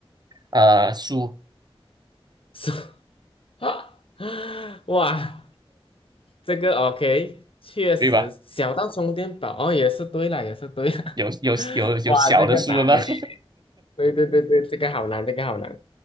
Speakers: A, on the right; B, on the left.
A: 呃，书。
B: 是 <laughs> 哇，这个 OK，确实小到充电宝哦，
A: 对吧？
B: 也是对了，也是对了，
A: 有有有有小的书了吗？
B: <laughs> 哇，这个难呢。
A: <laughs>
B: 对对对对，这个好难，这个好难。